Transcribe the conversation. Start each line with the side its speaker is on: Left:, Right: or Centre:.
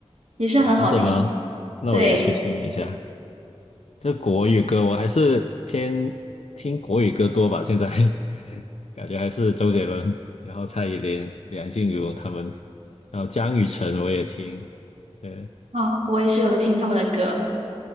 Right: 也是很好听。
Left: 哦，真的吗？那我也去听一下。
Right: 对，
Left: 这国语歌我还是偏听国语歌多吧，现在 <laughs> 感觉还是周杰伦，然后蔡依林、梁静茹他们，然后江雨晨我也听，对。
Right: 啊，我也是有听他们的歌。